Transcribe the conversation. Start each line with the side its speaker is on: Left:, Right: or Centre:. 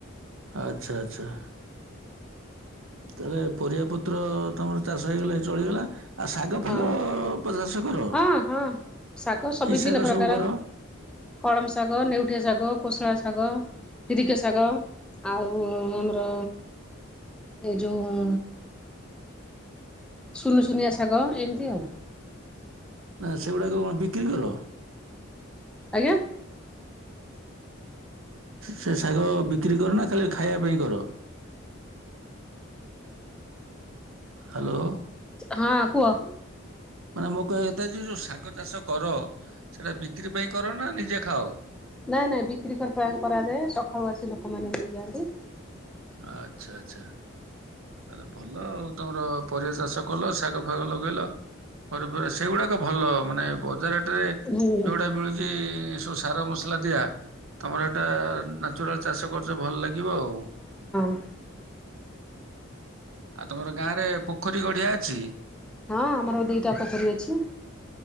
Right: ଆଚ୍ଛା ଆଚ୍ଛା। ତାହେଲେ ପରିବା ପତ୍ର ତମର ଚାଷ ହେଇଗଲେ ଚଳିଗଲା। ଆଉ ଶାଗ ଫାଗ
Centre: ହଁ
Right: ଚାଷ କର
Centre: ହଁ ହଁ ଶାଗ ସବି
Right: କି
Centre: ବିଭିନ୍ନ
Right: ଶାଗ
Centre: ପ୍ରକାର
Right: ସବୁ କର
Centre: କଳମ ଶାଗ, ନେଉଠିଆ ଶାଗ, କୋଶଳା ଶାଗ। ଶାଗ, କିରିକା ଶାଗ ଆଉ ଆମର ଏ ଯୋଉ ସୁନୁ ଶୁନିଆ ଶାଗ ଏମିତି ଆଉ।
Right: ନା ସେଗୁଡାକ କଣ ବିକ୍ରି କର।
Centre: ଆଜ୍ଞା।
Right: ସେ ଶାଗ ବିକ୍ରି କର ନା ଖାଲି ଖାଇବା ପାଇଁ କର। ହ୍ୟାଲୋ
Centre: ହଁ କୁହ।
Right: ମାନେ ମୋ କହିବା କଥା ଯେ ଯୋଉ ଶାଗ ଚାଷ କର। ସେଇଟା ବିକ୍ରି ପାଇଁ କର ନା ନିଜେ ଖାଅ
Centre: ନାଇଁ ନାଇଁ ବିକ୍ରି କରାଯାଏ। ସକାଳୁ ଆସି ଲୋକମାନେ ନେଇଯାଆନ୍ତି।
Right: ଆଚ୍ଛା ଆଚ୍ଛା ହୋଉ ତାହେଲେ ଭଲ ଆଉ ତମର ପରିବା ଚାଷ କଲ। ଫାଗ ଲଗେଇଲ ପରେ ପରେ ସେଇଗୁଡାକ ଭଲ ମାନେ ବଜାରଟରେ
Centre: ହୁଁ।
Right: ଯୋଉଟା ମିଳୁଛି। ସାରମସା। ହେଲା ଦିଆ ତମର ଏଟା ନାଚୁରାଲ ଚାଷ କରୁଛ ଭଲ ଲାଗିବ ଆଉ।
Centre: <inaudible>
Right: ଆଉ ତମର ଗାଁ ରେ ପୋଖରୀ ଗଢିଆ ଅଛି।
Centre: ହଁ ଆମର ଦିଟା ପୋଖରୀ ଅଛି।